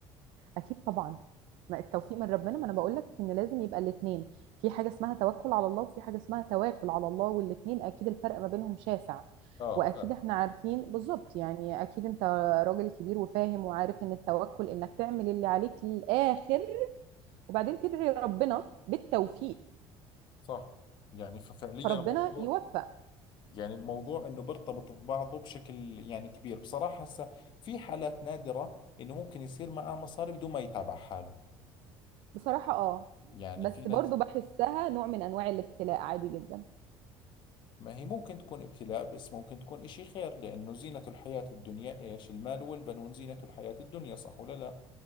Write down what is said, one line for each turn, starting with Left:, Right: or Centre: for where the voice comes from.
Right: اكيد طبعا ما التوفيق من ربنا ما انا بقول لك ان لازم يبقى الاثنين في حاجه اسمها توكل على الله وفي حاجه اسمها تواكل على الله والاثنين اكيد الفرق ما بينهم شاسع
Left: اه
Right: واكيد
Left: فاهم
Right: احنا عارفين بالظبط يعني اكيد انت راجل كبير وفاهم وعارف ان التوكل انك تعمل اللي عليك للاخر وبعدين تدعي ربنا بالتوفيق
Left: صح يعني ففعليا
Right: فربنا
Left: الموضوع
Right: يوفق
Left: يعني الموضوع انه بيرتبط ببعضه بشكل يعني كبير بصراحة هسه في حالات نادرة انه ممكن يصير معاه مصاري بدون ما يتعب على حاله
Right: بصراحة اه
Left: يعني
Right: بس
Left: في ناس
Right: برضو بحسها نوع من انواع الابتلاء عادي جدا
Left: ما هي ممكن تكون ابتلاء بس ممكن تكون اشي خير لانه زينة الحياة الدنيا ايش المال والبنون زينة الحياة الدنيا صح ولا لا